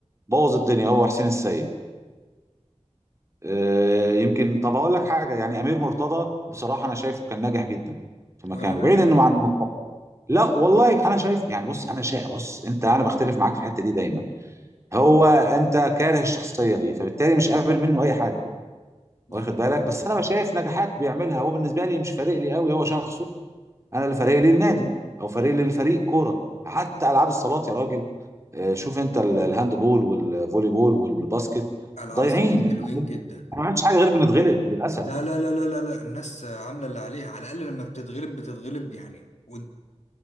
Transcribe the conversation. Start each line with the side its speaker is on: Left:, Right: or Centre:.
Right: بوظ الدنيا هو وحسين السيد آه، يمكن طب اقول لك حاجه يعني امير مرتضى بصراحه انا شايفه كان ناجح جدا في مكانه
Left: ولا ناجح
Right: بعيد انه
Left: ولا-
Right: عن لا والله انا شايف يعني بص انا شايف بص انت انا بختلف معاك في الحته دي دايما هو انت كاره الشخصيه دي فبالتالي مش قابل منه اي حاجه
Left: لا
Right: واخد بالك بس انا شايف نجاحات بيعملها هو بالنسبه لي مش فارق لي قوي هو شخصه انا اللي فارق لي النادي او فارق لي الفريق كوره حتى العاب الصالات يا راجل آه، شوف انت ال- الهاند بول والفولي بول والباسكت
Left: العاب
Right: ضايعين
Left: الصالات
Right: احنا
Left: حلوين جدا
Right: ما عملتش حاجه غير بنتغلب للاسف
Left: لا لا لا لا لا لا الناس عامله اللي عليها على الاقل لما بتتغلب بتتغلب يعني وانت